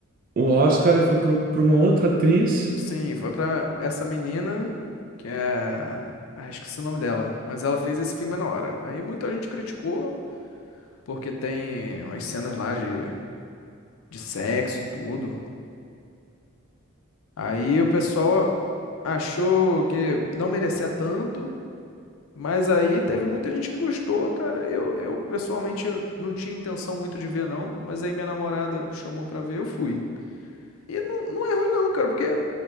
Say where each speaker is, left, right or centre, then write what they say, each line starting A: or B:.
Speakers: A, on the right (about 40°); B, on the left (about 75°).
A: o Oscar e foi para uma outra atriz.
B: Sim, foi pra essa menina, que é. Ah, esqueci o nome dela. Mas ela fez esse filme na hora. Aí muita gente criticou, porque tem umas cenas lá de, de sexo e tudo. Aí o pessoal achou que não merecia tanto. Mas aí teve muita gente que gostou, cara. Eu, eu pessoalmente eu não tinha intenção muito de ver, não. Mas aí minha namorada chamou pra ver, eu fui. E não, não é ruim, não, cara, porque